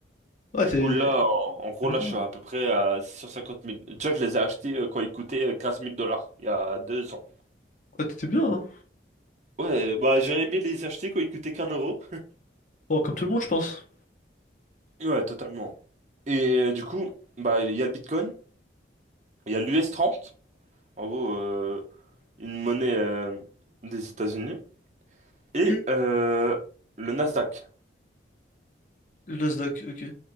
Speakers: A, on the left; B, on the right.
A: Ouais,
B: Du
A: t'es...
B: coup, là, en, en gros,
A: t'es retard,
B: là, je
A: là.
B: suis à peu près à 650 000. Déjà, je les ai achetés euh, quand ils coûtaient euh, 15 000 dollars, il y a deux ans.
A: Ouais, t'étais bien, hein.
B: Ouais, bah, j'aurais aimé les acheter quand ils coûtaient qu'un euro.
A: Bon, comme tout le monde, je pense.
B: Ouais, totalement. Et euh, du coup, bah, il y a le Bitcoin, il y a l'US 30, en gros, euh, une monnaie euh, des États-Unis, et
A: Ok.
B: euh, le Nasdaq.
A: Le Nasdaq, ok.